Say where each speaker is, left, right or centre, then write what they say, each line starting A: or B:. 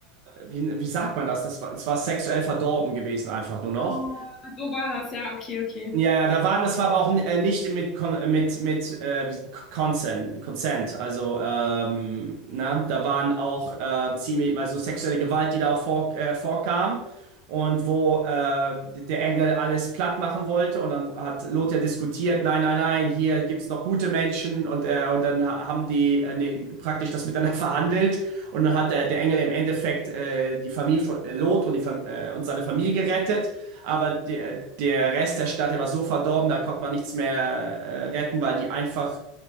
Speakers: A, on the right; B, on the left.
A: wie, wie sagt man das? Das war, es war sexuell verdorben gewesen, einfach nur noch.
B: Ah, so war das, ja, okay, okay.
A: Ja, ja, da waren, das war aber auch äh, nicht mit Kon- mit mit äh, Consent, Consent. Also ähm, ne, da waren auch äh, ziemlich, also sexuelle Gewalt, die da auch vor, äh, vorkam und wo äh, der Engel alles platt machen wollte und dann hat Lot ja diskutiert, nein, nein, nein, hier gibt's noch gute Menschen und äh, und dann ha- haben die äh, ne, praktisch das miteinander <laughs> verhandelt und dann hat der, der Engel im Endeffekt äh, die Familie von äh, Lot und die Fam- äh, und seine Familie gerettet. Aber der, der Rest der Stadt, der war so verdorben, da konnte man nichts mehr äh, retten, weil die einfach,